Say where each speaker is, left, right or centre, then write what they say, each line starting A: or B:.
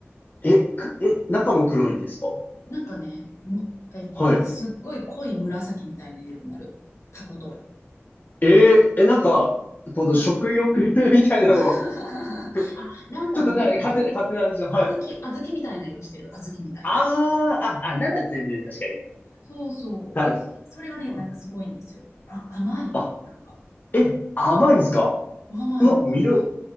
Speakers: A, on the left (about 40°); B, on the left (about 75°).
A: え、く、え、中も黒いんですか
B: なんかね、むえっとね、
A: はい。
B: すっごい濃い紫みたいな色になる。タコと。
A: えー、え、なんか、この食欲
B: な、
A: <laughs> みたいなの、
B: <laughs> あ、
A: <laughs> ちょっとな、
B: なんだろう、なんかね、
A: 勝手な、勝手な印象。はい。
B: 小豆、小豆みたいな色してる。小豆みたいな。
A: ああ、あ、あ、なら全然確かに。
B: そうそう、
A: た
B: 美味しい。それはね、
A: あ、
B: なんかすごいんですよ。あ、甘いの、
A: あ
B: なんか。
A: え、甘いんすか
B: 甘いの、
A: うわ、
B: なんか。
A: 魅力、